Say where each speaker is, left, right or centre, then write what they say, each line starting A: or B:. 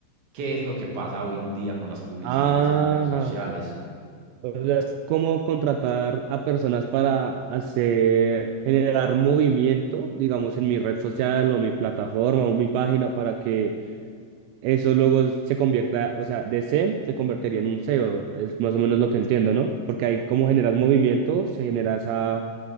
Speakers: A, on the right (about 60°); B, on the right (about 85°).
A: ¿Qué es lo que pasa hoy en día con las publicidades
B: Ah,
A: en redes sociales?
B: o sea, es como contratar a personas para hacer, generar movimiento, digamos, en mi red social o mi plataforma o mi página para que eso luego se convierta, o sea, de SEM se convertiría en un SEO, es más o menos lo que entiendo, ¿no? Porque ahí como generas movimiento, se genera esa,